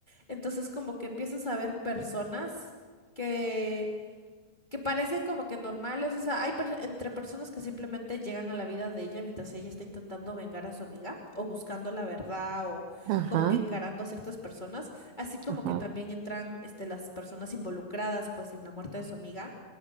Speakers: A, on the left; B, on the right.
A: Entonces como que empiezas a ver personas que, que parecen como que normales. O sea, hay pers- entre personas que simplemente llegan a la vida de ella mientras ella está intentando vengar a su amiga o buscando la verdad o
B: <laughs> Ajá,
A: como que encarando a ciertas personas. Así como
B: ajá.
A: que también entran este, las personas involucradas pues en la muerte de su amiga